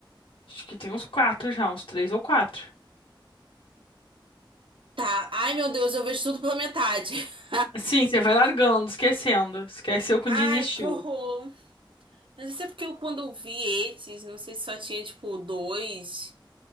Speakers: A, on the left; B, on the right.
A: acho que tem uns quatro já, uns três ou quatro.
B: Tá. Ai, meu Deus, eu vejo tudo pela metade. <laughs>
A: Sim, você vai largando, esquecendo. Esqueceu quando
B: Ai,
A: desistiu.
B: que horror. Mas isso é porque eu, quando eu vi esses, não sei se só tinha, tipo, dois.